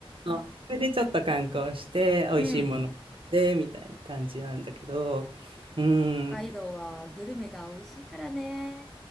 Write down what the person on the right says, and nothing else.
それでちょっと観光して、美味しいもので、
みたいな感じなんだけど、うん、